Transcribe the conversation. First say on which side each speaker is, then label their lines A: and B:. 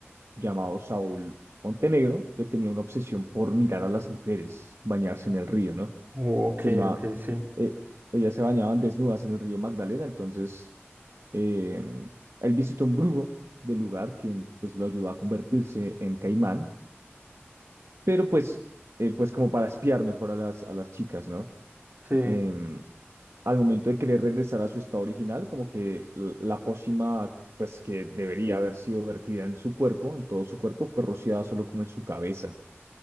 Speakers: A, on the right; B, on the right.
A: llamado Saúl Montenegro, que tenía una obsesión por mirar a las mujeres bañarse en el río, ¿no?
B: Oh, ok,
A: Se llamaba,
B: ok, sí.
A: eh, ellas se bañaban desnudas en el río Magdalena, entonces eh, él visitó un brujo del lugar, quien pues lo ayudó a convertirse en caimán pero pues, eh, pues como para espiar mejor a las, a las chicas, ¿no?
B: Sí.
A: Em, al momento de querer regresar a su estado original, como que l- la pócima, pues que debería haber sido vertida en su cuerpo, en todo su cuerpo, fue rociada solo como en su cabeza.